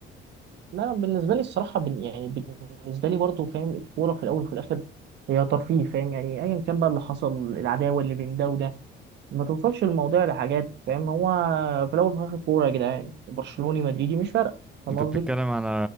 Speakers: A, on the right (about 60°); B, in the centre.
A: لا بالنسبه لي الصراحه بن يعني بالنسبه لي برضه فاهم الكوره في الاول وفي الاخر هي ترفيه فاهم يعني ايا كان بقى اللي حصل العداوه اللي بين ده وده ما توصلش الموضوع لحاجات فاهم هو في الاول وفي الاخر كوره يا جدعان برشلوني مدريدي مش فارقه فاهم
B: انت
A: قصدي؟
B: بتتكلم على